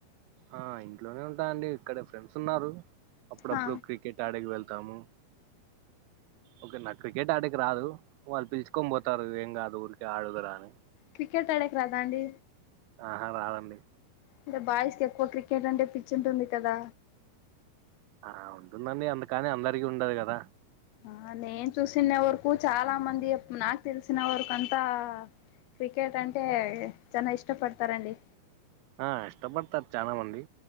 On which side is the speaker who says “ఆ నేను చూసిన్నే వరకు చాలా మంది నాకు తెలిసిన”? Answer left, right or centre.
Left